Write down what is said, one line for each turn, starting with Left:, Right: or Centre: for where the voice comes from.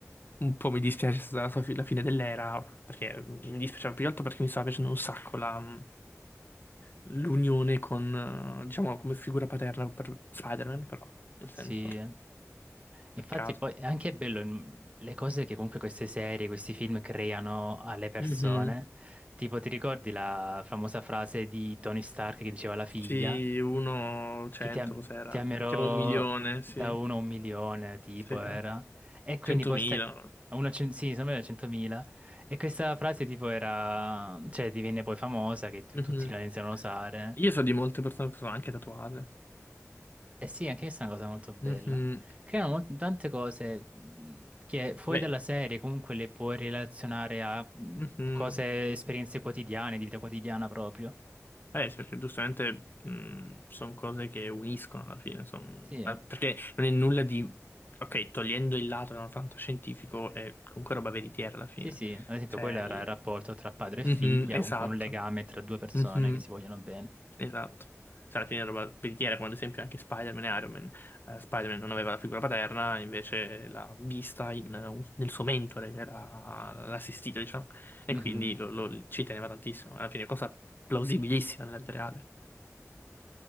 Left: Un po' mi dispiace stata la, sua fi- la fine dell'era, perché mhmm, mi dispiaceva più che altro perché mi stava piacendo un sacco la... mhmm, l'unione con, eh, diciamo, come figura paterna per Spider-Man, però, nel senso,
Right: Sì. Infatti
Left: peccato.
Right: poi è anche bello il- le cose che comunque queste serie, questi film creano alle persone.
Left: Mhm.
Right: Tipo, ti ricordi la famosa frase di Tony Stark che diceva alla figlia
Left: Sì, uno, cento,
Right: che ti, am-
Left: cos'era?
Right: ti amerò
Left: Siamo un milione,
Right: da
Left: sì.
Right: uno a un milione, tipo
Left: Sì,
Right: era. E quindi
Left: centomila.
Right: poi sta... a uno a cen- sì, sembra da 100.000. E questa frase tipo era... cioè divenne poi famosa che tu-
Left: Mhm.
Right: tutti la iniziano a usare.
Left: Io so di molte persone che sono anche tatuate.
Right: Eh sì, anche questa è una cosa molto bella.
Left: Mhm.
Right: Creano mol- tante cose mh, che fuori
Left: Beh,
Right: dalla serie comunque le puoi relazionare a mh,
Left: mhm.
Right: cose, esperienze quotidiane, di vita quotidiana proprio.
Left: Eh, sì, perché giustamente sono cose che uniscono alla fine. son-
Right: Sì, eh.
Left: ma Perché non è nulla di... Ok, togliendo il lato da fantascientifico, è comunque roba veritiera alla fine.
Right: sì, sì. Ad esempio,
Left: Cioè...
Right: quello era
Left: il-
Right: il rapporto tra padre e
Left: Mhm,
Right: figlia,
Left: esatto.
Right: comunque un legame tra due persone
Left: Mhm.
Right: che si vogliono bene.
Left: Esatto. Cioè, alla fine è roba veritiera, come ad esempio anche Spider-Man e Iron Man. Eh, Spider-Man non aveva la figura paterna, invece l'ha vista in, eh, un- nel suo mentore, che era l'assistito, diciamo, e
Right: Mhm.
Left: quindi lo- lo- ci teneva tantissimo. Alla fine è cosa plausibilissima nella vita reale.